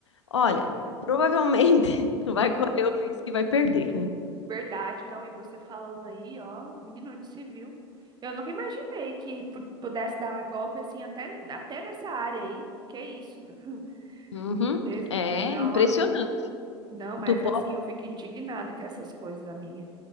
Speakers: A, on the left; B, on the right.
A: Olha,
B: Menina,
A: provavelmente <laughs> tu vai correr o risco e vai perder.
B: Verdade, não. E você falando aí, ó, menino, onde se viu? Eu nunca imaginei que pu- pudesse dar golpe assim, até, até nessa área aí. Que isso? <laughs>
A: Uhum,
B: Ter-
A: é
B: Comprar
A: impressionante.
B: uma compra. Não, mas
A: Tu pode...
B: assim, eu fico indignada com essas coisas, amiga.